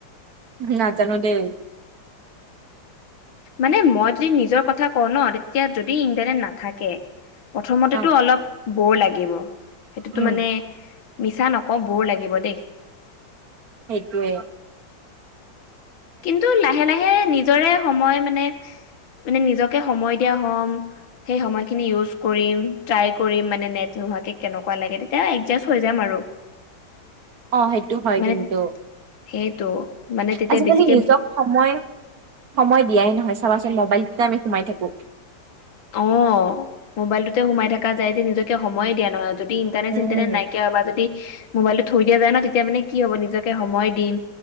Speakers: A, on the right; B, on the left.
A: উম নাজানো দেই
B: মানে মই যদি নিজৰ কথা কওঁ ন তেতিয়া যদি ইণ্টাৰনেট নাথাকে প্ৰথমতেতো
A: অ
B: অলপ বৰ লাগিব সেইটোতো
A: উম
B: মানে মিছা নকওঁ বোৰ লাগিব দেই
A: সেইটোৱে
B: কিন্তু লাহে লাহে নিজৰে সময় মানে মানে নিজকে সময় দিয়া হ'ম সেই সময় খিনি ইউশ কৰিম থ্ৰাই কৰিম মানে নেত নোহোৱাকে তেতিয়া একজাসহয় যাম আৰু <inaudible>
A: অ সেইটো হয়
B: মানে
A: কিন্তু
B: সেইটো মানে তেতিয়া
A: আজিকালি
B: বেছি
A: নিজক সময় সময় দিয়াই নহয় চাবা চোন মবাইলটো আমি সোমাই থাকো
B: অ মোবাইলটোতে সোমাই থকা যায় যে নিজকে সময়ে দিয়া নহয়। যদি ইণ্টাৰনেট
A: উম
B: চিন্তৰ্নেট নাইকীয়া হয় বা যদি <unintelligible> মবাইল থৈ দিয়া যায় ন তেতিয়া মানে কি হ'ব নিজে সময় দিম